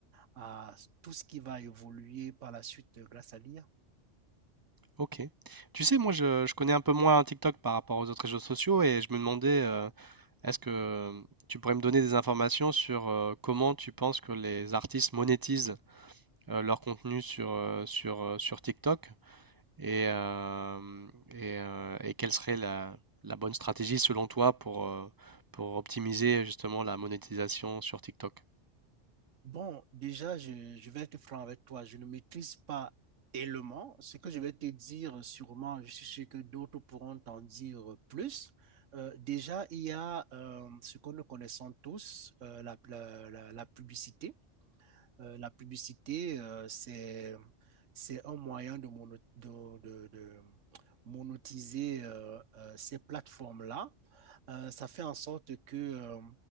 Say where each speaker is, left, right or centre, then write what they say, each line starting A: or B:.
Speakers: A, on the right; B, on the right.
A: à tout ce qui va évoluer par la suite euh, grâce à l'IA.
B: Ok. Tu sais, moi, je, je connais un peu moins TikTok par rapport aux autres réseaux sociaux et je me demandais, euh, est-ce que euh, tu pourrais me donner des informations sur euh, comment tu penses que les artistes monétisent euh, leur contenu sur, euh, sur, euh, sur TikTok et, euh, et, euh, et quelle serait la, la bonne stratégie selon toi pour, euh, pour optimiser justement la monétisation sur TikTok?
A: Bon, déjà, je, je vais être franc avec toi. Je ne maîtrise pas tellement. Ce que je vais te dire, sûrement, je suis sûr que d'autres pourront t'en dire plus. Euh, déjà, il y a euh, ce que nous connaissons tous, euh, la, la, la- la publicité. Euh, la publicité, euh, c'est, c'est un moyen de, mono- de, de- de monétiser euh, euh, ces plateformes-là euh, ça fait en sorte que euh,